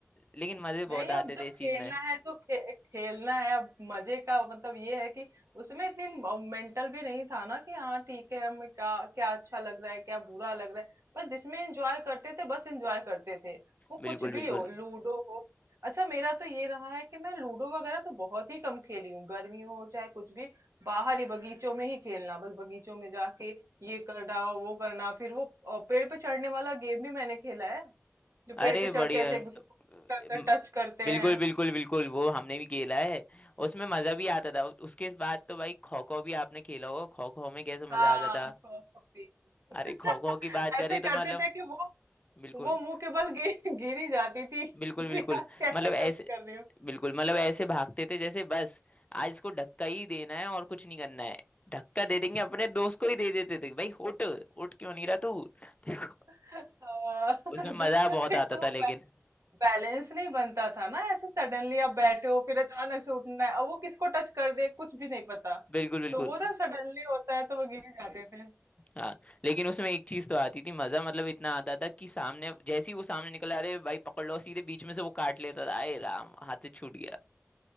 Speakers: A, on the left; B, on the right.
A: लेकिन मजे बहुत
B: नहीं
A: आते
B: अब जब
A: थे इस
B: खेलना
A: चीज में
B: है तो खे, खेलना है अब मजे का मतलब ये है कि उसमें इतनी मेंटल भी नहीं था ना कि हाँ ठीक है हमें क्या क्या अच्छा लग रहा है क्या बुरा लग रहा है बस जिसमें एंजॉय करते थे बस एंजॉय करते थे वो
A: बिल्कुल
B: कुछ
A: बिल्कुल
B: भी हो लूडो हो अच्छा मेरा तो ये रहा है कि मैं लूडो वगैरह तो बहुत ही कम खेली हूँ गर्मी हो चाहे कुछ भी बाहर ही बगीचों में ही खेलना बस बगीचों में जाके ये करना वो करना फिर वो अ, पेड़ पे चढ़ने वाला गेम भी मैंने खेला है। जो पेड़
A: अरे
B: पे चढ़
A: बढ़िया
B: के ऐसे एक दूसरे को
A: म-
B: करते टच करते
A: बिल्कुल
B: हैं
A: बिल्कुल बिल्कुल वो हमने भी खेला है उसमें मजा भी आता था उसके बाद तो भाई खो खो भी आपने खेला होगा खो खो में कैसे
B: हाँ
A: मजा आता था
B: खो खो भी <laughs>
A: अरे खो खो की बात करें
B: ऐसे करते
A: तो मतलब
B: थे कि वो
A: बिल्कुल
B: वो मुंह के बल गिर गिरी जाती थी
A: बिल्कुल
B: <laughs>
A: बिल्कुल
B: यार कैसे
A: मतलब
B: टच
A: ऐसे
B: कर रही हो
A: बिल्कुल मतलब ऐसे भागते थे जैसे बस आज इसको धक्का ही देना है और कुछ नहीं करना है धक्का दे देंगे अपने दोस्त को ही दे देते थे भाई उठ उठ क्यों नहीं रहा तू <laughs> देखो
B: <laughs> आ,
A: उसमें
B: जो-
A: मजा बहुत
B: एक
A: आता
B: तो वो
A: था लेकिन
B: बै- बैलेंस नहीं बनता था ना ऐसे सडनली आप बैठे हो फिर अचानक से उठना है और वो किसको टच कर दे कुछ भी नहीं पता
A: बिल्कुल बिल्कुल
B: तो वो ना सडनली होता है तो वो गिर ही जाते थे
A: हाँ लेकिन उसमें एक चीज तो आती थी मजा मतलब इतना आता था कि सामने जैसे ही वो सामने निकला अरे भाई पकड़ लो सीधे बीच में से वो काट लेता था आए राम हाथ से छूट गया